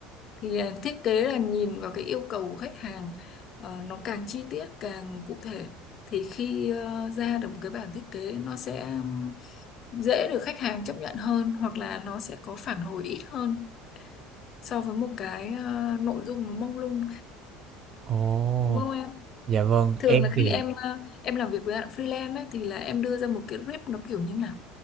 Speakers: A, on the left (about 45°); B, on the right (about 35°).
A: thì à, thiết kế là nhìn vào cái yêu cầu của khách hàng ờ, nó càng chi tiết càng cụ thể thì khi ờ, ra được một cái bản thiết kế nó sẽ ừm, dễ được khách hàng chấp nhận hơn hoặc là nó sẽ có phản hồi ít hơn so với một cái ờ, nội dung nó mông lung
B: Ồ,
A: đúng không em
B: dạ vâng,
A: thường
B: em
A: là khi
B: thì
A: em ờ, em làm việc với bạn freelance ấy, thì là em đưa ra một cái rip nó kiểu như nào